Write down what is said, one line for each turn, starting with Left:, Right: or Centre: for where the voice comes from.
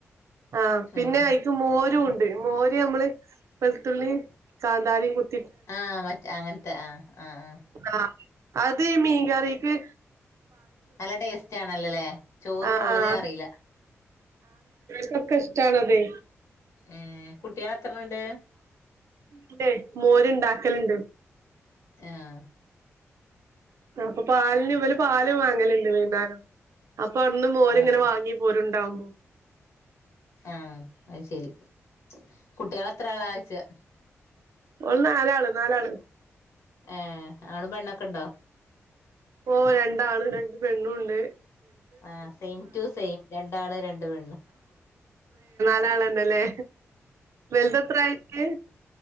Right: ആ
Left: ആഹ്
Right: പിന്നെ അയ്ക്ക് മോരുംണ്ട് ണ്ട് മോര് നമ്മള് വെളുത്തുള്ളിം കാന്താരിം കുത്തി
Left: ആഹ മറ്റേ അങ്ങനത്തെ ആഹ് ആഹ് ആഹ
Right: ആഹ് അത് അത് മീൻകറീക്ക്
Left: നല്ല ടേസ്റ്റ് ആണല്ലോല്ലേ ചോറ്
Right: ആഹ്
Left: പോണതേ
Right: ആഹ്
Left: അറിയില്ല
Right: ക്കൊക്കെ ഇഷ്ടണാതെ
Left: ഏഹ് കുട്ട്യാളത്രണണ്ട്
Right: ണ്ടേ മോര് ഉണ്ടാക്കല്ണ്ട്
Left: ആഹ
Right: ആ അപ്പൊ പാലിന് ഇവർ പാൽ ത്‌ വാങ്ങല്ണ്ട് വൈന്നേരം അപ്പൊ അന്നും മോരിങ്ങനെ
Left: ആഹ്
Right: വാങ്ങി പോരുണ്ടാവുമ്പോ <inaudible>
Left: ആഹ് അത് ശരി <inaudible> കുട്ടികൾ എത്രാളായ്ച്ചാ
Right: ഓൽ നാലാള് നാലാള്
Left: ഏ ആണും പെണ്ണൊക്കെ ഇണ്ടോ
Right: ഓ രണ്ടാണ് രണ്ട് പെണ്ണുംണ്ട്
Left: ആഹ സെയിം ടു സെയിം രണ്ടാണ് രണ്ട് പെണ്
Right: രണ്ടാള്ണ്ട്ല്ലേ വെൽതത്രായി ഏ